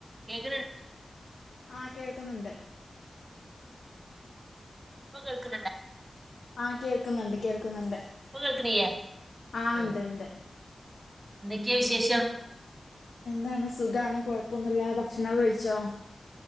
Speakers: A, on the right; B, on the left.
A: കേക്കണ <unintelligible>
B: ആ കേൾക്കുന്നുണ്ട്
A: ഇപ്പോ കേൾക്ണ്ണ്ടോ
B: ആ കേൾക്കുന്നുണ്ട് കേൾക്കുന്നുണ്ട്
A: ഇപ്പൊ കേൾക്കണില്ലേ
B: ആ
A: ഉം.
B: ഉണ്ട് ണ്ട്
A: എന്തൊക്കെയാ വിശേഷം
B: എന്താണ് സുഖാണ് കൊഴപ്പൊന്നുല്ല ഭക്ഷണക്കേ കഴിച്ചോ